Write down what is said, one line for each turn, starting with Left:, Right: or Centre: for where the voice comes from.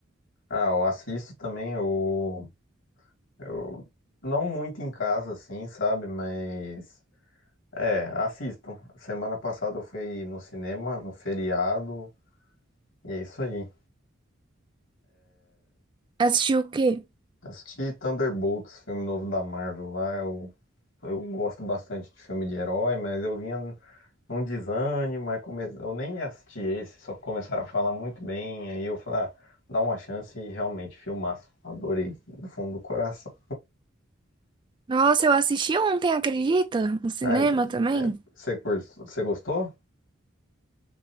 Left: Ah, eu assisto também, eu, eu não muito em casa, assim, sabe? Mas é, assisto. Semana passada eu fui no cinema, no feriado, e é isso aí.
Right: Assistiu o quê?
Left: Assisti Thunderbolts, filme novo da Marvel lá, eu Eu gosto bastante de filme de herói, mas eu vinha num desânimo, aí come... eu nem assisti esse, só que começaram a falar muito bem, aí eu falei, ah, dá uma chance e realmente, filmaço. Adorei, do fundo do coração.
Right: Nossa, eu assisti ontem, acredita? No cinema
Left: Ah,
Right: também.
Left: você, cur- você gostou?